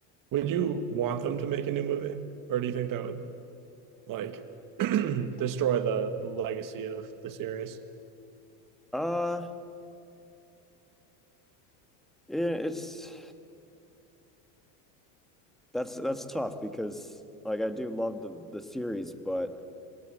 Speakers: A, on the right; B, in the centre.
A: would you want them to make a new movie, or do you think that would like <clears throat> destroy the, the legacy of the series?
B: Uh, yeah, it's that's that's tough because like I do love the the series, but